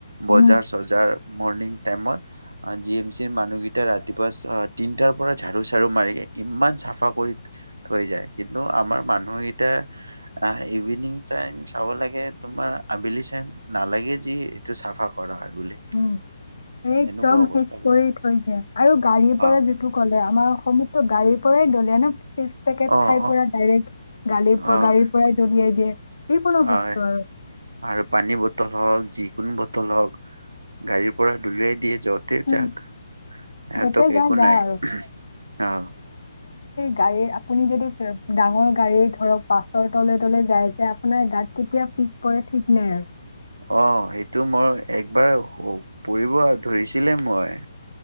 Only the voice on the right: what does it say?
বজাৰ
চজাৰ মৰ্ণিং টাইমত আ জি এম চিৰ মানুহকেইটা ৰাতিপুৱা তিনটাৰ পৰা ঝাৰু চাৰু মাৰি ইমান চাফা কৰি থৈ যায় কিন্তু আমাৰ মানুহকেইটা আহ ইভিনিং টাইম চাব লাগে তোমাৰ আবেলি টাইম নালাগে যি এইটো চাফা কৰা হয় বুলি
এনেকুৱা অৱস্থা
অ',
অ',
অ',
অ',
হয়।
আৰু পানী বটল হওক যিকোনো বটল হওঁক গাড়ীৰ পৰা দলিয়াই দিয়ে যতে
যাক সিহঁতক
একো
নাই
উমহ অহ
অ সেইটো মই একবাৰ পৰিব ধৰিছিলে মই